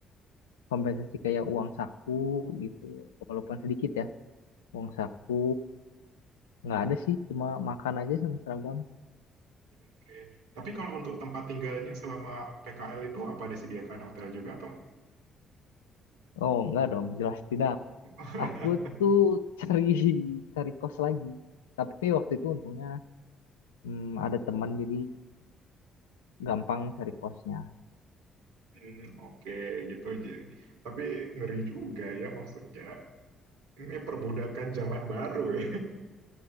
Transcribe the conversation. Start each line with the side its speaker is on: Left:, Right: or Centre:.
Left: kompensasi kayak uang saku gitu, walaupun sedikit ya. Uang saku nggak ada sih, cuma makan aja sama seragam.
Right: Oke. Tapi kalau untuk tempat tinggalnya selama PKL itu apa disediakan hotel juga atau nggak?
Left: Oh, enggak dong, jelas tidak.
Right: <laughs>
Left: Aku tuh <laughs> cari cari kos lagi. Tapi waktu itu untungnya hmm, ada teman jadi gampang cari kosnya.
Right: Hmm, oke gitu. Jadi- Tapi ngeri juga ya maksudnya. Ini perbudakan zaman baru ya.